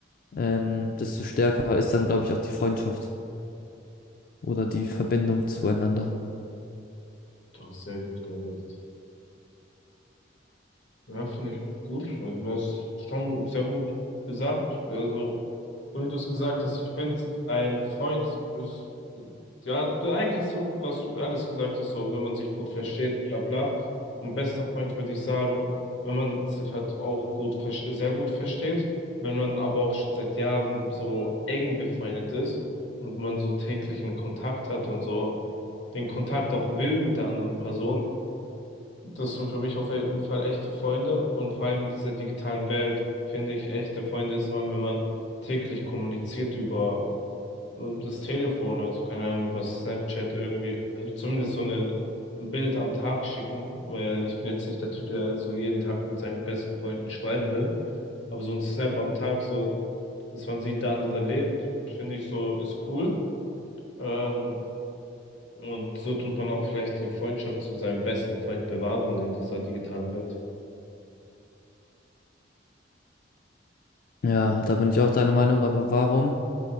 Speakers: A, on the left; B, on the left.
A: ähm, desto stärker ist dann, glaube ich, auch die Freundschaft oder die Verbindung zueinander.
B: Du hast sehr gut geredet. Ja, finde ich gut. Also du hast schon sehr gut gesagt. Also, so wie du es gesagt hast, ich finde, ein Freund ist, ja, du- eigentlich so, was du alles gesagt hast, so, wenn man sich gut versteht, bla bla. Und bester Freund würde ich sagen, wenn man sich halt auch gut, verste- sehr gut versteht, wenn man aber auch schon seit Jahren so eng befreundet ist und man so täglichen Kontakt hat und so den Kontakt auch will mit der anderen Person. Das sind für mich auf jeden Fall echte Freunde und vor allem in dieser digitalen Welt finde ich, echte Freunde ist man, wenn man täglich kommuniziert über ähm, das Telefon, also keine Ahnung, über Snapchat irgendwie, also zumindest so eine, ein Bild am Tag schicken, weil ich bin jetzt nicht der Typ, der so jeden Tag mit seinen besten Freunden schreiben will, aber so ein Snap am Tag, so, dass man sieht, der andere lebt, finde ich so, ist cool. Ähm, und so tut man auch vielleicht die Freundschaft zu seinem besten Freund bewahren in dieser digitalen Welt.
A: Ja, da bin ich auch deiner Meinung, aber warum?